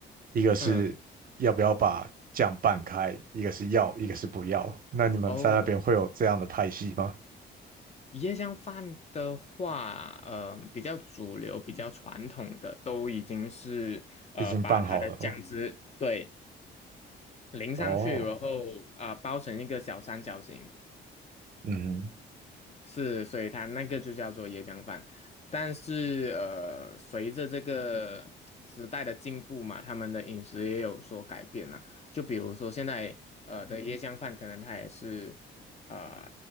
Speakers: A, on the right; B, on the left.
A: 一个是要不要把酱拌开，
B: 嗯，
A: 一个是要，一个是不要。那你们在那边会有这样的派系吗？
B: 哦，椰浆饭的话，嗯比较主流、比较传统的，都已经是呃把它的酱汁对。
A: 已经拌好了吗？
B: 淋上去，
A: 哦，
B: 然后啊、呃包成一个小三角形，
A: 嗯，
B: 是，所以它那个就叫做椰浆饭。但是呃，随着这个时代的进步嘛，他们的饮食也有所改变了。就比如说现在呃的椰浆饭，可能它也是呃